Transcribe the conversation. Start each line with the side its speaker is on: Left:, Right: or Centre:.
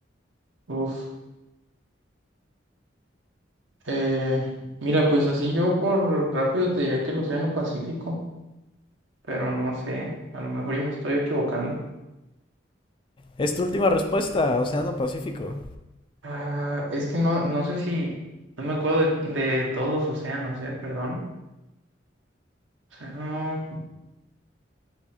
Right: Uf. Eh, mira, pues así yo por rápido te diría que el Océano Pacífico. pero no sé, a lo mejor y me estoy equivocando.
Left: Es tu última respuesta, Océano Pacífico.
Right: Ah, es que no, no sé si, no me acuerdo de, de todos los océanos, ¿eh? Perdón. O sea, no,